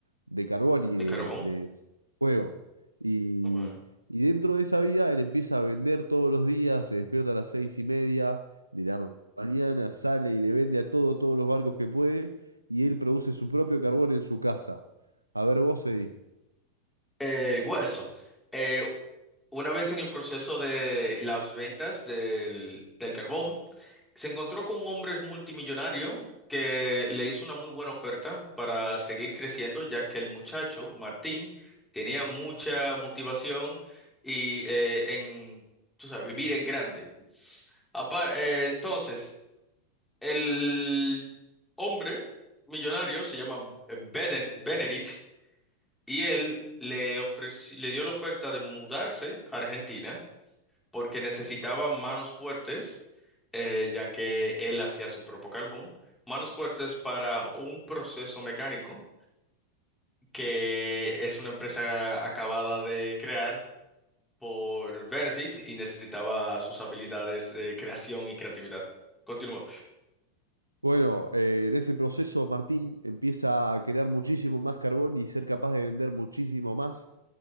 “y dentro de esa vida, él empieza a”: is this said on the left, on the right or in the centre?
Right